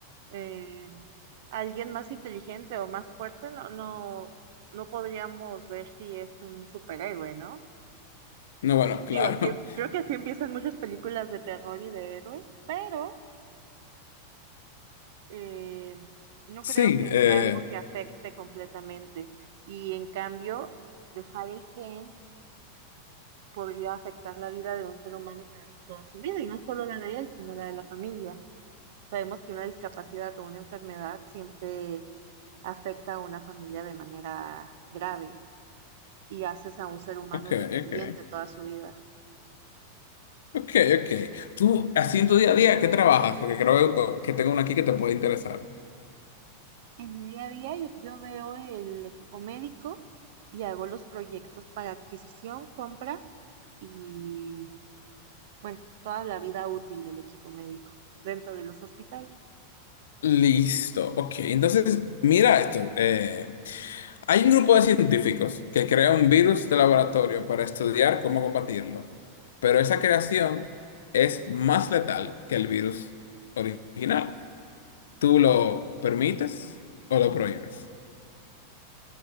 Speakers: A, on the right; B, on the left.
A: eh, alguien más inteligente o más fuerte no, no, no podríamos ver si es un superhéroe, ¿no?
B: No, bueno, claro.
A: Digo, así, creo
B: <laughs>
A: que así empiezan muchas películas de terror y de héroes, pero eh, no
B: Sí,
A: creo que
B: eh,
A: sea algo que afecte completamente. Y en cambio, dejar el gen podría afectar la vida de un ser humano para toda su vida, y no solo la de él, sino la de la familia. Sabemos que una discapacidad o una enfermedad siempre afecta a una familia de manera grave y haces a un ser humano
B: ok,
A: dependiente
B: ok.
A: toda su vida.
B: Ok, ok. Tú, así en tu día a día, ¿qué trabajas? Porque creo que tengo una aquí que te puede interesar.
A: En mi día a día yo, yo veo el equipo médico y hago los proyectos para adquisición, compra y bueno, toda la vida útil del equipo médico dentro de los hospitales.
B: Listo, ok. Entonces, mira esto. eh, hay un grupo de científicos que crea un virus de laboratorio para estudiar cómo combatirlo, pero esa creación es más letal que el virus original. ¿Tú lo permites o lo prohíbes?